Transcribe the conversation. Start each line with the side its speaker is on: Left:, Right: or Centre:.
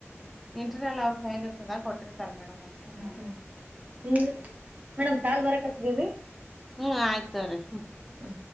Centre: ಇಂಟರ್ನಲ್ ಅವ್ರಗ್ ಹೇಗಿರ್ತದ ಕೊಟ್ಟಿರ್ತಾರ್ ಮೇಡಮ್ <unintelligible>
Right: ಹ್ಮ್ <unintelligible> ಮೇಡಮ್ ಕಾಲ್ ಬರಕತದ್ದ್ ಇರ್ರಿ.
Centre: ಹೂ ಆಗ್ತಾರೆ ಹ್ಮ್.
Right: ಹಾ.